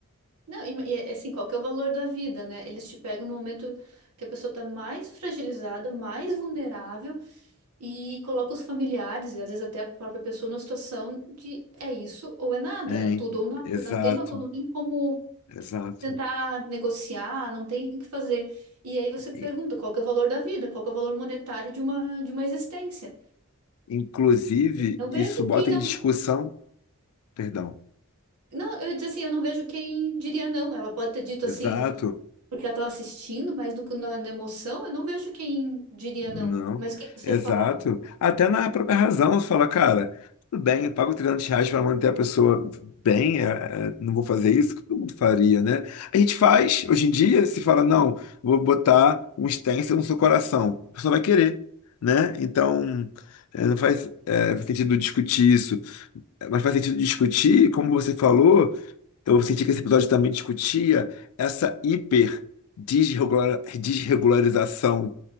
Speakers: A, on the right (about 80°); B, on the left (about 70°).
A: Não, e, e é assim, qual que é o valor da vida, né? Eles te pegam no momento que a pessoa está mais fragilizada, mais vulnerável e colocam os familiares e às vezes até a própria pessoa numa situação de é isso ou é nada,
B: Hein?
A: é tudo ou nada,
B: Exato,
A: não tem uma, co- não tem como
B: exato.
A: tentar negociar, não tem o que fazer. E aí você
B: I-
A: pergunta, qual que é o valor da vida? Qual que é o valor monetário de uma de uma existência?
B: Inclusive,
A: Não
B: isso
A: vejo
B: bota
A: quem não
B: em discussão, perdão,
A: Não, eu diz assim, eu não vejo quem diria não. Ela pode ter dito
B: exato.
A: assim, porque ela estava assistindo, mas no, na, na emoção eu não vejo quem diria
B: Não,
A: não. Mas o que você
B: exato.
A: ia falar?
B: Até na própria razão, você fala, cara, tudo bem, eu pago 300 reais para manter a pessoa bem, é, é, não vou fazer isso, que todo mundo faria, né? A gente faz, hoje em dia, se fala, não, vou botar um stencil no seu coração, a pessoa vai querer, né? Então, é, não faz, é, faz sentido discutir isso, É, mas faz sentido discutir, como você falou, eu senti que esse episódio também discutia essa hiper desregula- desregularização